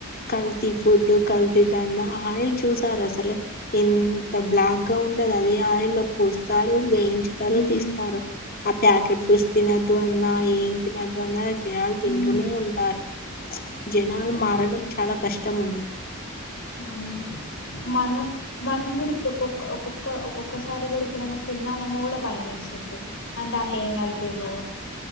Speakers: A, on the left; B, on the left.
A: కల్తీ ఫుడ్ కల్తీ దంద ఆయిల్ చూసారు అసలు ఎంత బ్లాక్ గా ఉం ఉంటదది ఆ ఆయిల్ లో పోస్తారు వేయించుతారు
B: ఉమ్
A: తీస్తారు ఆ ప్యాకెట్ ఫుస్ తినద్దు అన్నా ఏం తినద్దు అన్న జనాలు
B: ఉమ్
A: తింటునే ఉంటారు జనం
B: అవును
A: మారడం చాలా కష్టం ఉంది
B: అవును మన మనం కూడా ఇప్పుడు ఒక్కొక్క ఒక్కొక్క ఒక్కొక్కసారి కూడా ఇప్పుడైనా తిందామ అన్న కూడా భయం వేస్ తుంది అంటే అందులో ఏం కలిపిర్రో